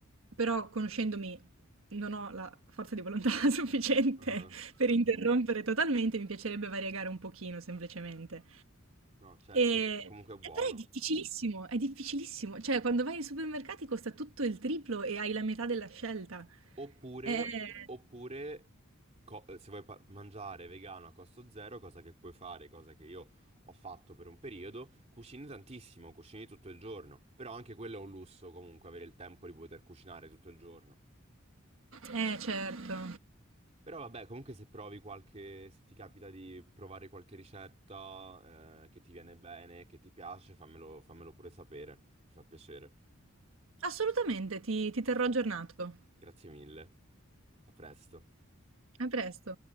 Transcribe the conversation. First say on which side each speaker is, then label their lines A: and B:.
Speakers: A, on the right; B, on the right.
A: però conoscendomi non ho la forza di volontà <laughs> sufficiente
B: aha.
A: per interrompere totalmente, mi piacerebbe variegare un pochino semplicemente.
B: No, certo,
A: Ehm,
B: comunque è buono.
A: eh, però è difficilissimo, è difficilissimo. Cioè, quando vai ai supermercati costa tutto il triplo e hai la metà della scelta.
B: Oppure,
A: Eh,
B: oppure co- eh, se vuoi pa- mangiare vegano a costo zero, cosa che puoi fare, cosa che io ho fatto per un periodo, cucini tantissimo, cucini tutto il giorno. Però anche quello è un lusso comunque, avere il tempo di poter cucinare tutto il giorno.
A: eh certo.
B: Però vabbè, comunque se provi qualche, se ti capita di provare qualche ricetta, eh, che ti viene bene, che ti piace, fammelo, fammelo pure sapere. Mi fa piacere.
A: Assolutamente, ti ti terrò aggiornato.
B: Grazie mille. A presto.
A: A presto.